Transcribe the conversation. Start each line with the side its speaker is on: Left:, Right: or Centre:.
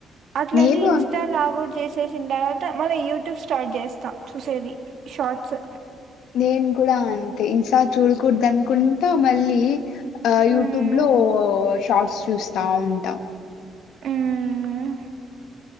Right: అట్లని
Left: నేను అన్
Right: ఇన్స్టా లాగౌట్ చేసేసిన తర్వాత మళ్ళీ యూట్యూబ్ స్టార్ట్ చేస్తా చూసేది షార్ట్స్
Left: నేను కూడా అంతే ఈసారి చూడకూడదు అనుకుంటా మళ్ళీ ఆ
Right: హ్మ్.
Left: యూట్యూబ్ లో షార్ట్స్ చూస్తా ఉంటా
Right: హ్మ్.